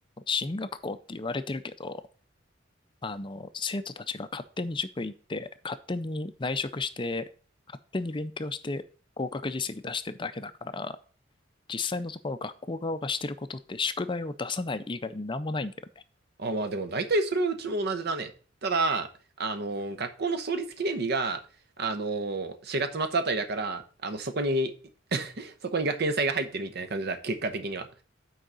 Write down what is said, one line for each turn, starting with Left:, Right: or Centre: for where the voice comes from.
Left: 進学校って言われてるけど、あの、生徒たちが勝手に塾行って、勝手に内職して、勝手に勉強して、合格実績出してるだけだから、実際のところ学校側がしてることって宿題を出さない以外になんもないんだよね。
Right: あ、まあでも大体それはうちも同じだね。ただ、あのー、学校の創立記念日が、あのー、4月末あたりだから、あの、そこに <laughs>、そこに学園祭が入ってるみたいな感じだ、結果的には。